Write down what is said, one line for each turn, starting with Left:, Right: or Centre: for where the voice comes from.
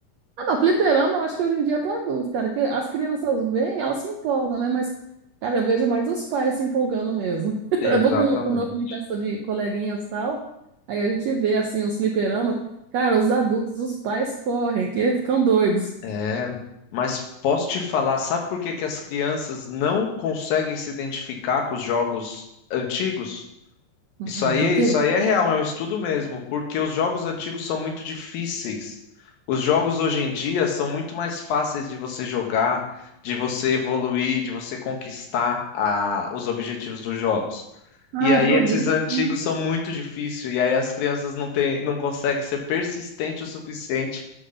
Right: Ah, não, fliperama eu acho que hoje em dia é para adulto, cara, que as crianças vêm, elas se empolgam, né? Mas, cara, eu vejo mais os pais se empolgando mesmo. <laughs>
Left: Exatamente.
Right: Eu vou com com o meu filho em festa de coleguinhas e tal, aí a gente vê, assim, os fliperama. Cara, os adultos, os pais correm, que ficam doidos.
Left: É, mas posso te falar, sabe por que que as crianças não conseguem se identificar com os jogos antigos?
Right: Hum,
Left: Isso aí,
Right: por quê?
Left: isso aí é real, é um estudo mesmo, porque os jogos antigos são muito difíceis. Os jogos hoje em dia são muito mais fáceis de você jogar, de você evoluir, de você conquistar a- os objetivos dos jogos.
Right: Ah,
Left: E aí
Right: é pro
Left: esses
Right: vício,
Left: antigos
Right: né?
Left: são muito difíceis, e aí as crianças não têm, não conseguem ser persistente o suficiente